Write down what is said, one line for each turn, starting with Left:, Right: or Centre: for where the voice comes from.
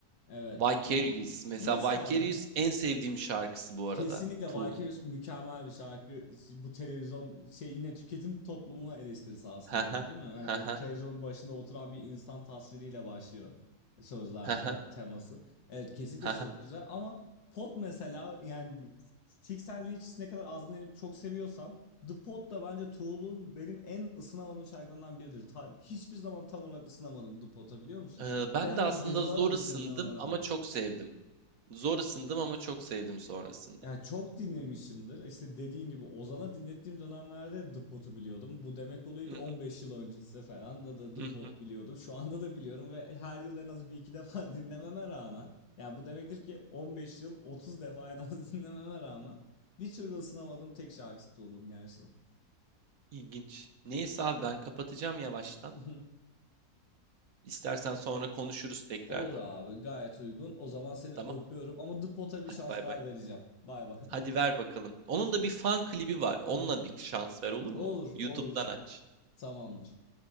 Left: Evet.
Right: Vicarious. Mesela
Left: Mesela
Right: Vicarious en sevdiğim şarkısı bu arada.
Left: Kesinlikle
Right: Tool'un.
Left: Vicarious mükemmel bir şarkı. Bu televizyon şey yine tüketim toplumuna eleştirisi aslında
Right: Haha,
Left: o da değil mi? Hani
Right: haha,
Left: böyle televizyonun başında oturan bir insan tasviriyle başlıyor sözlerde
Right: haha,
Left: teması. Evet kesinlikle
Right: haha.
Left: çok güzel ama Pot mesela yani Tix and Leaches'i ne kadar az dinlenip çok seviyorsam The Pot da bence Tool'un benim en ısınamadığım şarkılarından biridir. Ta- hiçbir zaman tam olarak ısınamadım The Pot'a biliyor musun?
Right: Ee, Ben
Left: Ve hani
Right: de aslında
Left: yıllar
Right: zor
Left: öncesinde
Right: ısındım
Left: dinlememe rağmen.
Right: ama çok sevdim. Zor ısındım ama çok sevdim sonrasında.
Left: Yani çok dinlemişimdir. İşte dediğin gibi Ozan'a dinlettiğim dönemlerde The Pot'u biliyordum. Bu demek oluyor
Right: Hı
Left: ki
Right: hı,
Left: 15 yıl öncesi falan da, da The
Right: hı
Left: Pot
Right: hı.
Left: biliyordum. Şu anda da biliyorum ve her yıl en az bir iki defa <laughs> dinlememe rağmen. Yani bu demektir ki 15 yıl 30 defa en az <laughs> dinlememe rağmen bir türlü ısınamadığım tek şarkısı Tool'un gerçekten.
Right: İlginç. Neyse abi ben kapatacağım yavaştan.
Left: <laughs>
Right: İstersen
Left: O-
Right: sonra konuşuruz tekrardan.
Left: Olur abi gayet uygun. O zaman seni
Right: Tamam.
Left: öpüyorum ama The Pot'a
Right: Hadi
Left: bir şans
Right: bay
Left: daha
Right: bay.
Left: vereceğim. Bay bay.
Right: Hadi ver bakalım. Onun da bir fan klibi var. Onunla
Left: <laughs>
Right: bir şans ver olur
Left: Olur
Right: mu? YouTube'dan
Left: olur
Right: aç.
Left: tamamdır.